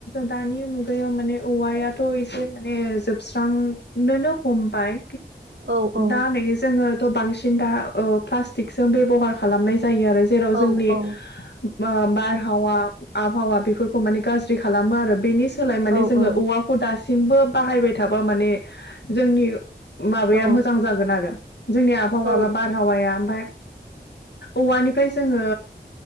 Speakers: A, on the left (about 75°); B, on the right (about 85°).
A: दानि मुगायाव माने औवायाथ' एसे माने जोबस्रां नुनोनो हमबाय
B: औ औ
A: दा नै जोङोथ' बांसिन दा प्लाटिकजों बे बेहार खालामनाय जायो आरो जेराव
B: औ
A: जोंनि
B: औ
A: बारहावा आबहावा बेफोरखौ माने गाज्रि खालामो आरो बेनि सोलाय माने
B: औ
A: जोङो
B: औ
A: औवाखौ दासिमबो बाहायबाय थाबा माने जोंनि माबाया
B: औ
A: मोजां जागोन आरो जोंनि आबहावा
B: औ
A: बा बारहावाया ओमफ्राय औवानिफ्राय जोङो